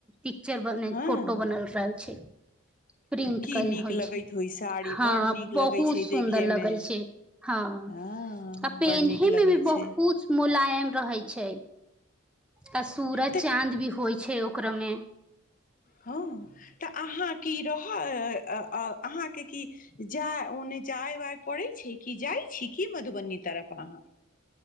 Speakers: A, in the centre; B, on the left.
A: पिक्चर बने
B: हँ
A: फोटो बनल रहय छै प्रिंट
B: तऽ की
A: कल
B: नीक
A: होइ
B: लगैत
A: छै
B: होय साड़ी
A: हँ
B: बड़ नीक
A: बहुत
B: लगै छै
A: सुन्दर
B: देखे
A: लगय
B: मे
A: छै हँ
B: हँ
A: आ पेहनहैमे
B: बड़ नीक लगै
A: भी बहुत
B: छै
A: मुलायम रहय छै आ सूरज
B: तऽ
A: चाँद भी होइ छै ओ क्रमे
B: हँ तऽ अहाँ कि रह अहाँके कि जा ओने जाय वाय पड़य छै कि जाइ छी कि मधुबनी तरफ अहाँ